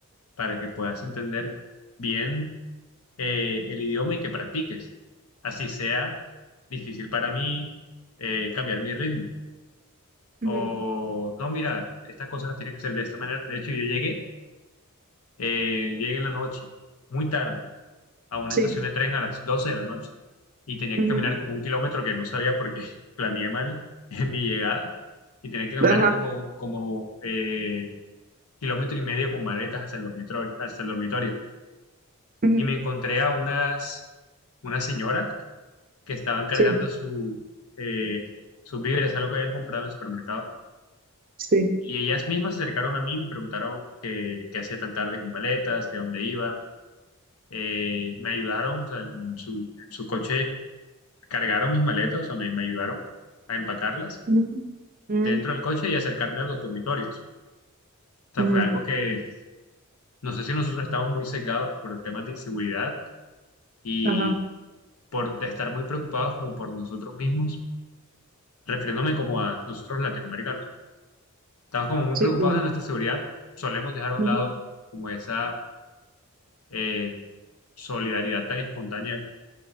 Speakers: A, on the left (about 75°); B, on the right (about 40°).
A: para que puedas entender bien eh, el idioma y que practiques. Así sea difícil para mí eh, cambiar mi ritmo.
B: ujú,
A: O no, mira, estas cosas las tienes que hacer de esta manera. De hecho, yo llegué, eh, llegué en la noche, muy tarde a una
B: sí,
A: estación de tren a las 12 de la noche y tenía
B: ujú,
A: que caminar como un kilómetro que no sabía porque <laughs> planeé mal en mi llegada y tenía que caminar
B: ajá,
A: como, como eh, kilómetro y medio con maletas hasta el dormitorio, hasta el dormitorio.
B: ujú,
A: Y me encontré a unas, unas señoras que estaban cargando
B: sí,
A: su, eh, sus víveres, algo que habían comprado en el supermercado.
B: Sí.
A: Y ellas mismas se acercaron a mí y me preguntaron qué, qué hacía tan tarde con maletas, que a dónde iba. Eh, me ayudaron, o sea, en su, en su coche Cargaron mis maletas, o sea, me, me ayudaron a empacarlas
B: Mm, mm,
A: dentro del coche y acercarme a los dormitorios. O sea,
B: mm.
A: fue algo que no sé si nosotros estamos muy sesgados por temas de inseguridad y
B: Ajá,
A: por estar muy preocupados como por nosotros mismos, refiriéndome como a nosotros latinoamericanos. Estamos como muy
B: sí,
A: preocupados
B: claro.
A: de nuestra seguridad, solemos dejar a un
B: Ujú.
A: lado como esa eh, solidaridad tan espontánea